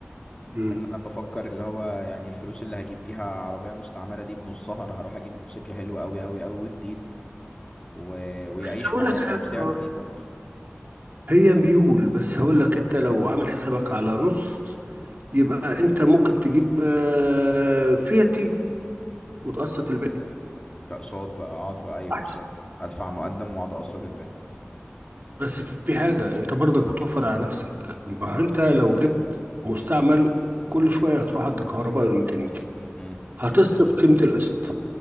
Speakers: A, on the right; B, on the left.
A: مم.
B: ان انا بفكر اللي هو يعني الفلوس اللي هجيب بيها عربية مستعملة دي بنصها انا هروح اجيب موتوسيكل حلو قوي قوي قوي وجديد و... ويعيش
A: بس هقول
B: معايا
A: لك حاجه
B: وسعره
A: آه،
B: فيه برضه
A: هي ميول بس هقول لك انت لو عامل حسابك على نص يبقى انت ممكن تجيب آه، فيها تيبو وتقسط الباقي
B: كأقساط بقى اقعد بقى ايوه
A: احسن
B: بالظبط ادفع مقدم واقعد اقسط الباقي
A: بس في حاجة انت برضك بتوفر على نفسك ما هو انت لو جبت مستعمل كل شوية هتروح عند كهرباء الميكانيكي
B: امم
A: هتصرف قيمة القسط